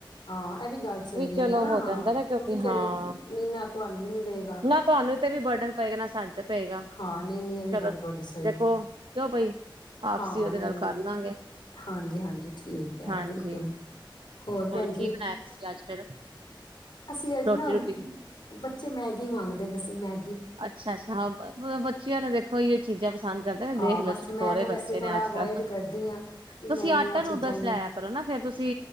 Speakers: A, on the left; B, on the right.
A: ਹਾਂ ਇਹ ਵੀ ਗੱਲ ਸਹੀ
B: ਚਲੋ
A: ਹੈ ਹਨਾ
B: ਹੋ
A: ਹਾਂ
B: ਜਾਂਦਾ
A: ਕਿਉਂਕਿ
B: ਨਾ
A: ਫੇਿਰ
B: ਹਾਂ
A: ਨਾ ਤੁਹਾਨੂੰ ਵੀ ਨੀ ਰਹੇਗਾ
B: ਨਾ ਤੁਹਾਨੂੰ ਤੇ ਵੀ ਬਰਡਨ ਪ ਨਾ ਸਾਡੇ ਤੇ ਪਏਗਾ
A: ਹਾਂ ਨਹੀਂ ਨਹੀਂ ਇਹ ਵੀ
B: ਚਲੋ
A: ਗੱਲ ਤੁਹਾਡੀ ਸਹੀ
B: ਦੇਖੋ
A: ਹੈ
B: ਕਿਉਂ ਬਈ ਆਪਸੀ
A: ਹਾਂ
B: ਉਹਦੇ
A: ਨਹੀਂ
B: ਨਾਲ
A: ਨਹੀਂ
B: ਕਰ ਲਾਂਗੇ
A: ਹਾਂਜੀ ਹਾਂਜੀ ਠੀਕ ਹੈ
B: ਹਾਂਜੀ
A: ਬਿਲਕੁਲ ਹੋਰ ਭੈਣ ਜੀ
B: ਕੀ ਬਣਾਇਆ ਤੁਸੀਂ ਅੱਜ ਫਿਰ
A: ਅਸੀਂ ਅੱਜ
B: ਰੋਟੀ
A: ਨਾ
B: ਰੂਟੀ
A: ਬਚੇ ਮੈਗੀ ਮੰਗਦੇ ਬਸੀਂ ਮੈ
B: ਅੱਛਾ ਅੱਛਾ ਹਾਂ ਬੱਚਿਆਂ ਨੇ ਦੇਖੋ ਹੀ ਚੀਜ਼ਾਂ ਪਸੰਦ ਕਰਦੇ ਨੇ
A: ਹਾਂ
B: ਦੇਖ ਲਓ
A: ਬਸ
B: ਛੁਟਕੋਰੇ
A: ਮੈਂ ਤਾਂ ਵੈਸੇ
B: ਬੱਚੇ
A: ਥੋੜਾ
B: ਨੇ ਅੱਜ
A: ਅਵੋਇਡ
B: ਕੱਲ
A: ਕਰਦੀ ਹਾਂ ਕਿ
B: ਤੁਸੀਂ
A: ਨਹੀਂ
B: ਆਟਾ
A: ਇਹ ਚੀਜ਼ਾਂ
B: ਨੂਡਲਸ
A: ਨੇ
B: ਲਿਆ ਕਰੋ ਨਾ ਫੇਿਰ ਤੁਸੀਂ